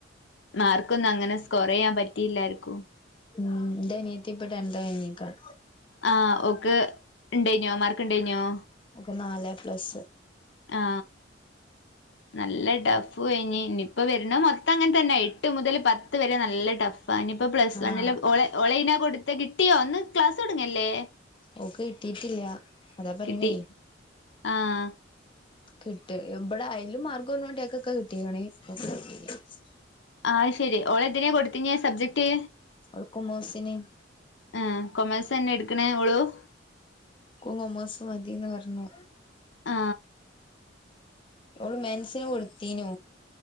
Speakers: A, on the left; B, on the left.
A: മാർക്ക് ഒന്നും അങ്ങനെ സ്കോറെയ്യാൻ പറ്റിയില്ല ആർക്കും.
B: ഉം, ഇന്റനിയത്തിപ്പ ടെൻത് കഴഞ്ഞിക്ക.
A: ആ ഓക്ക് ഇണ്ടയ്ന്യോ? മാർക്ക്ണ്ടയ്ന്യോ?
B: ഓക്ക് നാല് എ പ്ലസ്.
A: ആ, നല്ല ടഫ് പ്പൊ ഴിഞ്ഞ്. ഇന്നിപ്പോ വര്ണെ മൊത്തം അങ്ങൻ തന്നെ. എട്ട് മുതല് പത്ത് വരെ നല്ല ടഫ്. പൈനിപ്പോ പ്ലസ്
B: ആഹ്
A: വണ്ണില് ഓള് ഓളൈനാ കൊടുത്തെ കിട്ടിയോ ഇന്ന് ക്ലാസ് തൊടങ്ങല്ലേ.
B: ഓക്ക് കിട്ടീട്ടില്ല. അതാ പറീണേ.
A: കിട്ടി ആഹ്
B: കിട്ട് <unintelligible> ഇബടെ അയിലും മാർക്ക് കൊറഞ്ഞ കുട്ട്യേക്കൊക്കെ കിട്ടീക്ണ് <unintelligible>
A: ആഹ് ശെരി. ഓള് എന്തിനെ കൊട്ത്തിനെ സബ്ജക്ട്.
B: സ്കൂൾക്കും മുഹ്സിനിം
A: ആ, കൊമേഴ്സന്നെ എട്ക്കണേ ഓളും.
B: <unintelligible> കൊമോഴ്സ് മതിന്ന പറഞ്ഞു.
A: ആ
B: ഓള് മൻസിന് കൊട്ത്തീനു.